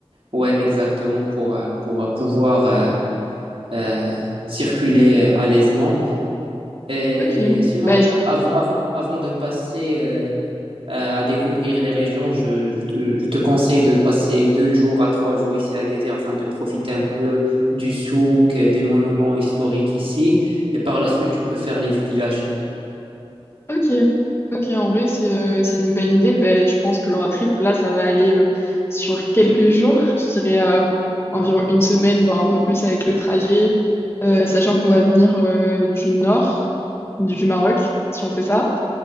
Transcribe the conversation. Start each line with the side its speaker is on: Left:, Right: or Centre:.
Right: ouais, exactement, pour, euh, pour pouvoir euh, euh, circuler euh, à l'aisement. Et
Left: Ok.
Right: sinon,
Left: Bah, je
Right: av- avant, avant de passer euh, euh, à découvrir les régions, je, je te, je te conseille de passer deux jours à trois jours ici à Agadir afin de profiter un peu du souk, des monuments historiques ici. Et par la suite, tu peux faire les villages.
Left: Ok, ok, en vrai, c'est euh, c'est une bonne idée. Ben, je pense que le road trip, là, ça va aller euh, sur quelques jours, je dirais euh, environ une semaine, voire un peu plus avec le trajet, euh, sachant qu'on va venir euh, du nord du du Maroc, si on fait ça.